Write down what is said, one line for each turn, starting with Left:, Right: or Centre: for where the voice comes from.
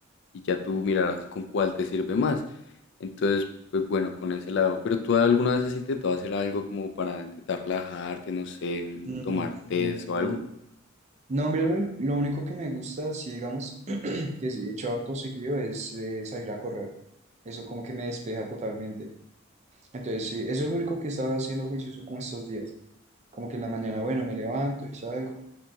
Left: Y ya tú mirarás con cuál te sirve más. Entonces, pues bueno, con ese lado. Pero tú alguna vez has intentado hacer algo como para intentar relajarte, no sé, un,
Right: Mm,
Left: tomar test o algo.
Right: No, mira, lo, lo único que me gusta, si digamos <clears throat> que sí he hecho harto seguido, es eh, salir a correr. Eso como que me despeja totalmente. Entonces, sí, eso es lo único que estaba haciendo juicioso como estos días. Como que en la mañana, bueno, me levanto y salgo